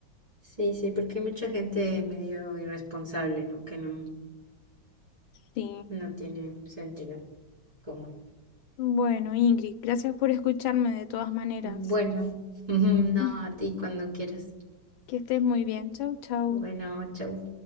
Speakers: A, on the right; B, on the left.
A: Sí, sí, porque hay mucha gente medio irresponsable, ¿no? Que no,
B: Sí.
A: no tiene sentido común.
B: Bueno, Ingrid, gracias por escucharme de todas maneras.
A: Bueno, <laughs> no,
B: <laughs>
A: a ti cuando quieras.
B: Que estés muy bien. Chau, chau.
A: Bueno, chau.